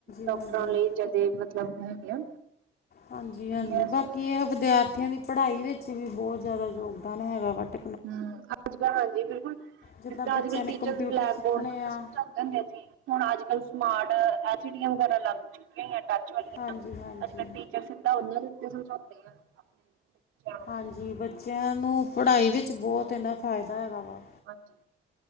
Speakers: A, on the right (about 85°); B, on the left (about 50°).
A: ਡਾਕਟਰਾਂ
B: ਹਾਂਜੀ
A: ਲਈ, ਜਦੇ ਮਤਲਬ ਹੈਗੇ ਆ।
B: ਹਾਂਜੀ ਹਾਂਜੀ
A: ਵਧੀਆ
B: ਬਾਕੀ
A: ਸਗੋਂ
B: ਇਹ ਵਿਦਿਆਰਥੀਆਂ ਦੀ ਪੜ੍ਹਾਈ ਵਿੱਚ ਵੀ ਬਹੁਤ ਜ਼ਿਆਦਾ ਯੋਗਦਾਨ ਹੈਗਾ, ਬਟ
A: ਹੂੰ ਅੱਜ ਕਲ ਹਾਂਜੀ ਬਿਲਕੁਲ
B: ਜਿੱਦਾਂ
A: ਜਿਸ ਤਰਾਂ
B: ਬੱਚਿਆਂ
A: ਅੱਜ-ਕਲ ਟੀਚਰ
B: ਨੇ ਕੰਪਿਊਟਰ
A: ਬਲੈਕ
B: ਸਿੱਖਣੇ
A: ਬੋਰਡ ਦੇ ਉਤੇ
B: ਆ
A: ਸਮਝਾਂਦੇ ਦਾ ਸੀ, ਹੁਣ ਅੱਜ-ਕੱਲ ਸਮਾਰਟ ਐਸਡੀਐਮ ਵਗੈਰਾ ਲੱਗ ਚੁੱਕੇ ਆ ਟਚ ਵਾਲੀਆਂ
B: ਹਾਂਜੀ ਹਾਂਜੀ
A: ਅੱਜ-ਕੱਲ ਟੀਚਰ ਸਿੱਧਾ ਉਹਨਾਂ ਦੇ ਉਤੇ ਸਮਝਾਉਦੇ ਆ ਆਪਣੇ ਨੂੰ
B: ਹਾਂਜੀ ਬੱਚਿਆਂ ਨੂੰ ਪੜ੍ਹਾਈ ਵਿੱਚ ਬਹੁਤ ਇਹਦਾ ਫਾਇਦਾ ਹੈਗਾ ਵਾ।
A: ਹਾਂਜੀ,